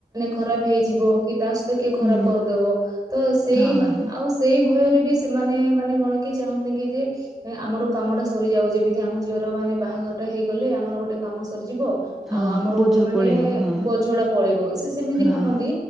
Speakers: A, on the right; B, in the centre.
A: ଖରାପ୍ ହେଇଯିବ, କି ତା' ସହିତ କିଏ ଖରାପ୍
B: ହୁଁ
A: କର୍ ଦବ। ତ ସେଇ--ଆଉ
B: ହଁ
A: ସେଇ ଭୟରେ ବି ସେମାନେ ମାନେ କ'ଣ କିି ଚାହଁନ୍ତି କି ଯେ ଆମର କାମ ଟା ସରି ଯାଉ, ଯେମିତି ଆମ ଝିଅର ମାନେ ବାହା ଘରଟା ହେଇଗଲେ, ଆମର ଗୋଟେ କାମ ସରି ଯିବ।
B: ହଁ
A: ଆଉ ଆମର
B: ବୋଝ
A: ଗୋଟେ ମାନେ
B: ପଳେଇବ ହଁ
A: ବୋଝ ଟା ପଳେଇବ, ସେ ସେମିତି
B: ହଁ
A: ଭାବନ୍ତି